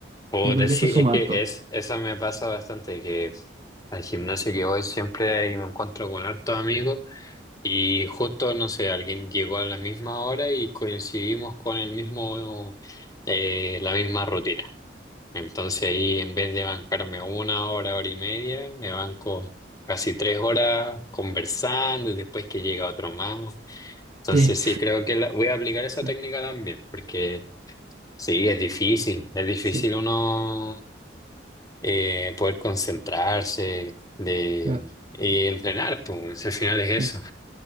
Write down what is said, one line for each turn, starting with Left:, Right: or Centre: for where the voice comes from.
Left: Puedo
Right: Yo creo que
Left: sí
Right: eso suma
Left: es que
Right: harto.
Left: es, eso me pasa bastante, que al gimnasio que voy siempre ahí me encuentro con hartos amigos y justo, no sé, alguien llegó a la misma hora y coincidimos con el mismo, eh, la misma rutina. Entonces ahí en vez de bancarme una hora, hora y media, me banco casi tres horas conversando y después que llega otro más. Entonces
Right: Sí,
Left: sí, creo que la- voy a aplicar esa
Right: <laughs> sí,
Left: técnica también, porque sí, es difícil, es difícil
Right: sí,
Left: uno eh, poder concentrarse de,
Right: claro,
Left: y entrenar, pues al final es
Right: sí.
Left: eso.